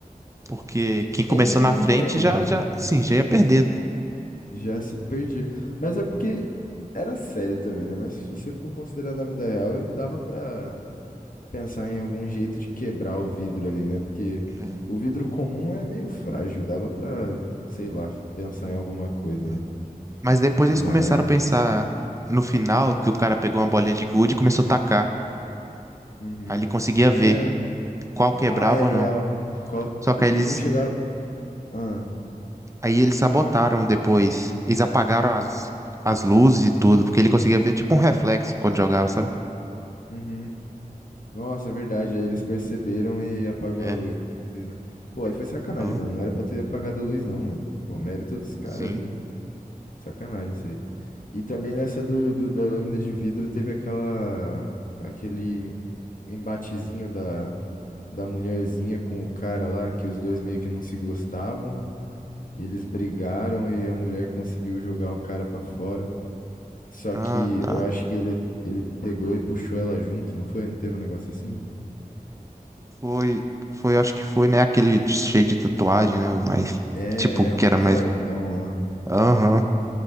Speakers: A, on the right; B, on the left.
A: Porque quem começou
B: É,
A: na frente
B: então,
A: já, já, sim, já ia perder.
B: já se- perdi. Mas é porque era sério também, né? Mas se você for considerar na vida real, eu dava pra pensar em algum jeito de quebrar o vidro ali, né? Porque
A: É,
B: o vidro comum é meio frágil, dava pra, sei lá, pensar
A: sim,
B: em alguma coisa,
A: é.
B: né?
A: Mas depois
B: Mas,
A: eles começaram a pensar no final, que o cara pegou uma bolinha de gude e começou a tacar.
B: uhum.
A: Aí ele conseguia ver
B: É,
A: qual quebrava
B: ah, é
A: ou
B: real.
A: não.
B: Qual...
A: Só que
B: E
A: aí eles,
B: e não chegava. Ah,
A: aí eles sabotaram depois. Eles apagaram as, as luzes e tudo, porque ele conseguia ver tipo um reflexo quando jogava, sabe?
B: uhum. Nossa, é verdade. Aí eles perceberam e apagou
A: É,
B: a luz, né? Pô, aí foi sacanagem,
A: então,
B: mano. Não era pra ter apagado a luz, não, mano. Pô, mérito dos caras
A: sim.
B: ali. Sacanagem isso aí. E também nessa do, do- da lâmina de vidro teve aquela, aquele embatezinho da, da mulherzinha com o cara lá, que os dois meio que não se gostavam. E eles brigaram e a mulher conseguiu jogar o cara pra fora. Só
A: Ah,
B: que
A: tá.
B: eu acho que ele, ele pegou e puxou ela junto, não foi? Não teve um negócio assim?
A: Foi, foi, acho que foi, né? Aquele de- cheio de tatuagem, né? O mais,
B: É,
A: tipo,
B: é um
A: que era
B: fortão
A: mais.
B: lá.
A: Aham,